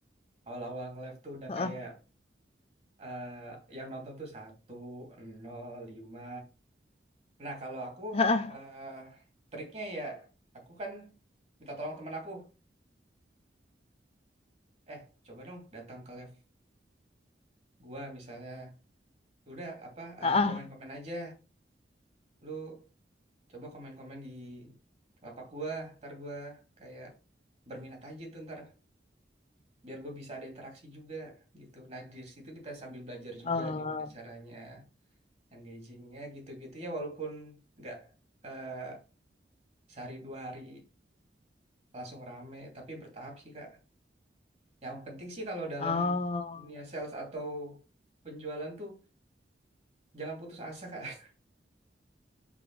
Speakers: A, on the right; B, on the left.
A: awal-awal nge-live tuh udah
B: Heeh,
A: kayak eh, yang nonton tuh satu, nol, lima. Nah, kalau aku
B: heeh,
A: eh, triknya ya, aku kan minta tolong temen aku. Eh, coba dong datang ke live gua misalnya. Udah apa eh,
B: heeh.
A: komen-komen aja. Lu Coba komen-komen di lapak gua, ntar gua kayak berminat aja tuh ntar biar gue bisa ada interaksi juga gitu. Nah di situ kita sambil belajar juga
B: Eh,
A: gimana caranya engagingnya gitu-gitu ya walaupun nggak eh, sehari dua hari langsung rame tapi bertahap sih Kak. Yang penting sih kalau dalam
B: oh.
A: dunia sales atau penjualan tuh jangan putus asa Kak. <laughs>